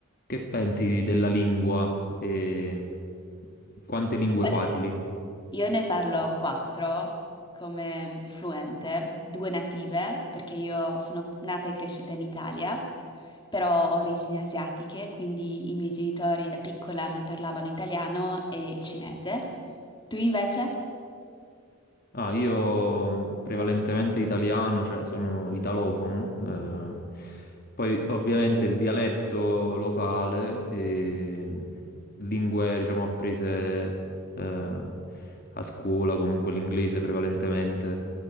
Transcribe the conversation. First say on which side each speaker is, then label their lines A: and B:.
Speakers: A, on the left; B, on the left.
A: Che pensi della lingua e quante lingue
B: Di quelle
A: parli?
B: lì. Io ne parlo quattro come fluente, due native, perché io sono nata e cresciuta in Italia, però ho origini asiatiche, quindi i miei genitori da piccola mi parlavano italiano e cinese. Tu invece?
A: Ah, io mm, prevalentemente italiano, cioè sono italofono. eh, Poi ovviamente il dialetto locale e mm, lingue, diciamo, apprese eh, a scuola, comunque l'inglese prevalentemente